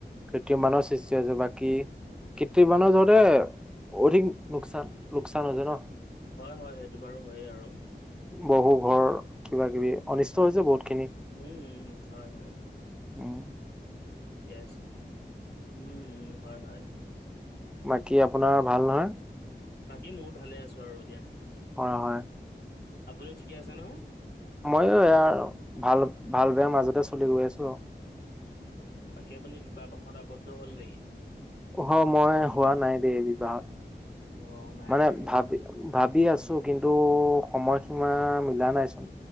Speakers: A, in the centre; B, on the left (about 65°).
A: কৃত্ৰিম বানৰ সৃষ্টি হৈছে, বাকী কৃত্ৰিম
B: উম
A: বানৰ যহঁতে। অধিক লোকচান-লোকচান হৈছে ন।
B: হয়-হয় সেইটো বাৰু হয়েই আৰু
A: বহু ঘৰ কিবা-কিবি অনিষ্ট হৈছে বহুতখিনি।
B: উম হুম উ, হয় হয়।
A: উম উ।
B: কে আছে? উম উম উ হয় হয়।
A: বাকী আপোনাৰ
B: ঠিকে
A: ভাল নহয়।
B: বাকী মোৰ ভালে আছো আৰু দিয়া।
A: হয় হয়।
B: আপুনিও ঠিকে আছে ন।
A: মইয়ো ইয়াৰ ভাল ভাল বেয়াৰ মাজতে চলি গৈ আছো আৰু
B: তাকে আপুনি বিবাহ প্ৰখত আৱদ্ধ হ'ল নেকি?
A: হ, মই হোৱা নাই দেই বিবাহত
B: অ নাই
A: মানে
B: হোৱা নেকি
A: ভাবি ভাবি আছো কিন্তু সময়সীমা মিলা নাইচোন।